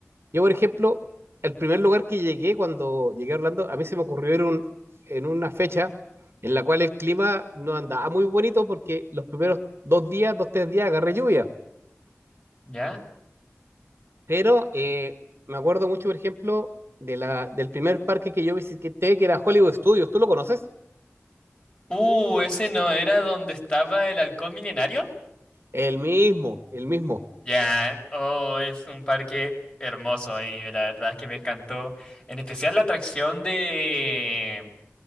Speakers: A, on the right (about 55°); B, on the left (about 25°).
A: Yo, por ejemplo, el primer lugar que llegué cuando llegué a Orlando, a mí se me ocurrió ir un- en una fecha en la cual el clima no andaba muy bonito porque los primeros dos días, dos, tres días agarré lluvia.
B: ¿Ya?
A: Pero eh, me acuerdo mucho, por ejemplo, de la, del primer parque que yo visité, que era Hollywood Studios. ¿Tú lo conoces?
B: Uh, ¿ese no era donde estaba el halcón milenario?
A: El mismo, el mismo.
B: Ya, oh, es un parque hermoso y la verdad es que me encantó. En especial la atracción de...